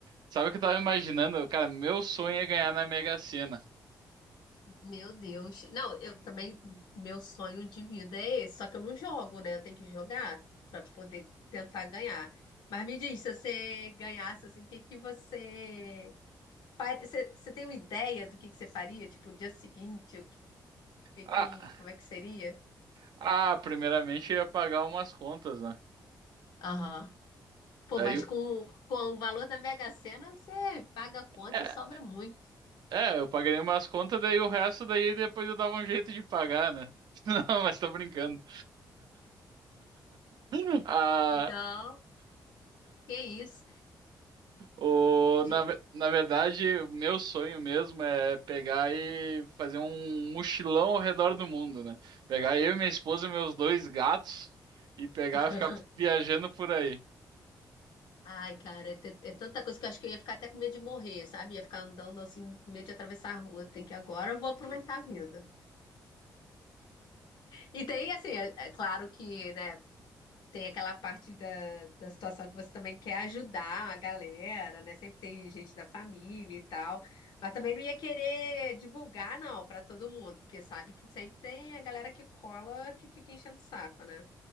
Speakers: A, on the right; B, on the left.
A: Sabe o que eu tava imaginando? Cara, meu sonho é ganhar na Mega Sena.
B: Meu Deus. Não, eu também, meu sonho de vida é esse, só que eu não jogo, né? Eu tenho que jogar pra poder tentar ganhar. Mas me diz, se você ganhasse, assim, o que que você... fa- Você, você tem uma ideia do que que você faria? Tipo, o dia seguinte, o que
A: Ah,
B: que... Como é que seria?
A: ah, primeiramente eu ia pagar umas contas, né?
B: Aham. Pô,
A: Daí,
B: mas
A: eu-
B: com, com o valor da Mega Sena, você paga a conta
A: é,
B: e sobra muito.
A: é, eu pagaria umas contas, daí o resto, daí depois eu dava um jeito de pagar, né? <laughs> Não, mas tô brincando. <laughs>
B: Não, que isso.
A: O,
B: Ge-
A: na, ve- na verdade, o meu sonho mesmo é pegar e fazer um mochilão ao redor do mundo, né? Pegar eu, minha esposa e meus dois gatos e pegar
B: <laughs>
A: e ficar <laughs> viajando por aí.
B: Ai, cara, é, t- é tanta coisa que eu acho que eu ia ficar até com medo de morrer, sabe? Ia ficar andando assim, com medo de atravessar a rua. Tem que agora, eu vou aproveitar a vida. E tem, assim, é, é claro que, né? Tem aquela parte da, da situação que você também quer ajudar a galera, né? Sempre tem gente da família e tal, mas também não ia querer divulgar, não, para todo mundo, porque sabe que sempre tem a galera que cola que fica enchendo o saco, né?